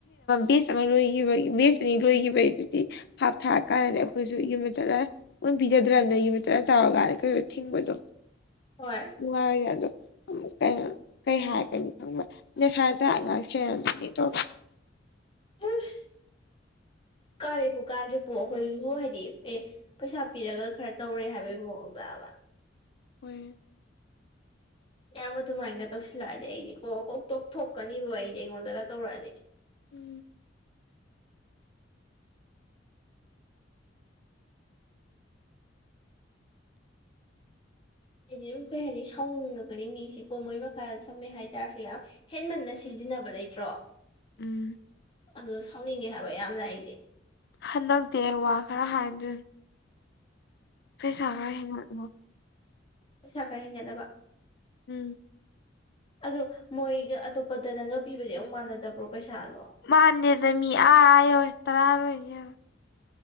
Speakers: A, on the left; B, on the left.
A: ꯕꯦꯁ ꯑꯃ ꯂꯣꯏꯒꯤꯕꯒꯤ ꯕꯦꯁ ꯑꯅꯤ ꯂꯣꯏꯒꯤꯕꯒꯤꯗꯨꯗꯤ ꯍꯥꯞ ꯊꯥꯔꯀꯥꯟꯗꯗꯤ ꯑꯩꯈꯣꯏꯁꯨ ꯌꯨꯝꯗ ꯆꯠꯂꯒ ꯃꯣꯏ ꯄꯤꯖꯗ꯭ꯔꯕꯅꯤꯅ ꯌꯨꯝꯗ ꯆꯠꯂꯥ ꯆꯥꯎꯔꯀꯥꯟꯗ ꯑꯈꯣꯏꯗ ꯊꯤꯡꯕꯗꯣ
B: ꯍꯣꯏ
A: ꯅꯨꯡꯉꯥꯏꯔꯦ ꯑꯗꯣ ꯀꯩꯅꯣ ꯀꯩ ꯍꯥꯏꯔꯒꯅꯤ ꯈꯪꯕ ꯅꯦꯁꯥꯗ ꯉꯥꯡꯁꯦ ꯑꯗꯨꯗꯤ ꯀꯣ
B: ꯏꯁ ꯀꯥꯂꯦꯄꯨ ꯀꯥꯟꯗ꯭ꯔꯤꯄꯨ ꯑꯩꯈꯣꯏꯖꯤꯕꯨ ꯍꯥꯏꯗꯤ ꯑꯦ ꯄꯩꯁꯥ ꯄꯤꯔꯒ ꯈꯔ ꯇꯧꯔꯦ ꯍꯥꯏꯕꯒꯤ ꯃꯑꯣꯡꯗꯕ
A: ꯍꯣꯏ
B: ꯌꯥꯝ ꯑꯗꯨꯃꯥꯏꯅꯒ ꯇꯧꯁꯤꯜꯂꯛꯑꯗꯤ ꯑꯩꯗꯤ ꯀꯣ ꯀꯣꯛ ꯇꯣꯛ ꯊꯣꯛꯀꯅꯤꯕꯣ ꯑꯩꯗꯤ ꯑꯩꯉꯣꯟꯗꯒ ꯇꯧꯔꯛꯑꯗꯤ
A: ꯎꯝ
B: ꯍꯥꯏꯗꯤ ꯀꯩ ꯍꯥꯏꯅꯤ ꯁꯥꯎꯅꯤꯡꯉꯛ ꯃꯤꯁꯤꯀꯣ ꯃꯣꯏ ꯃꯈꯥꯗ ꯊꯝꯃꯦ ꯍꯥꯏꯇꯥꯥꯔꯁꯨ ꯌꯥꯝ ꯍꯦꯟꯃꯟꯅ ꯁꯤꯖꯤꯟꯅꯕ ꯂꯩꯇ꯭ꯔꯣ
A: ꯎꯝ
B: ꯑꯗꯨꯗ ꯁꯥꯎꯅꯤꯡꯉꯦ ꯍꯥꯏꯕ ꯌꯥꯝꯅ ꯑꯩꯗꯤ
A: ꯍꯟꯗꯛꯇꯤ ꯑꯩ ꯋꯥ ꯈꯔ ꯍꯥꯏꯗꯣꯏꯅꯤ ꯄꯩꯁꯥ ꯈꯔ ꯍꯦꯟꯒꯠꯂꯣ
B: ꯄꯩꯁꯥ ꯈꯔ ꯍꯦꯟꯒꯠꯅꯕ
A: ꯎꯝ
B: ꯑꯗꯣ ꯃꯣꯏꯒ ꯑꯇꯣꯞꯄꯗ ꯅꯪꯒ ꯄꯤꯕꯗꯤ ꯑꯃꯨꯛ ꯃꯥꯟꯅꯗꯕ꯭ꯔꯣ ꯄꯩꯁꯥꯗꯣ
A: ꯃꯥꯟꯗꯦꯗ ꯃꯤ ꯑꯥ ꯌꯧꯔꯦ ꯇꯔꯥꯔꯣꯏꯅꯤ ꯌꯧ